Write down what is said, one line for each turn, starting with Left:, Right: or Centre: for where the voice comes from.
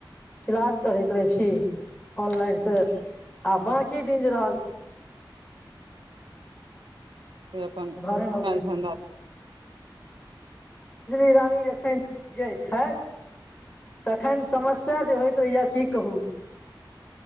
Left: क्लास कहैत रहै छी ऑनलाइनसँ आ बाँकी दिन जे रहल
Right: से अपन
Left: घरे मे
Right: काल
Left: बैस के
Right: धन्दा
Left: रजनी रानी जे छथि तखन समस्या जे होइत रहैया की कहू